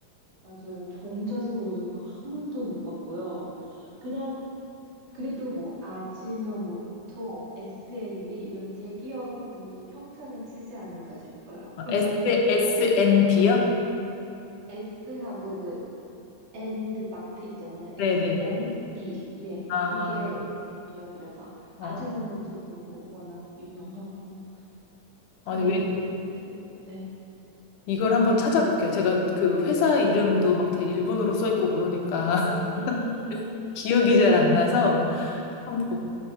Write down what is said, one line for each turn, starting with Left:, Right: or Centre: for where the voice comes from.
Right: 맞아요. 종자승 그려진 거 한 번도 못 봤고요. 그냥 그래도 뭐 아지노모토, S&B 이런 대기업은 그래도 평타는 치지 않을까 싶어요. <laughs>
Left: S SNB요?
Right: S하고 그 and 마크 있잖아요.
Left: 네네.
Right: S and B. 예.
Left: 아,
Right: 그게 대기업이라서
Left: 어.
Right: 아지노모토는 뭐 워낙 유명하고 그게
Left: 아니 왜?
Right: 그래도 네.
Left: 이걸 한번 찾아볼게요. 제가 그 회사 이름도 막 다 일본어로 써 있고 그러니까 <laughs>
Right: 음,
Left: 기억이 잘 안 나서
Right: 음.
Left: 한번 보,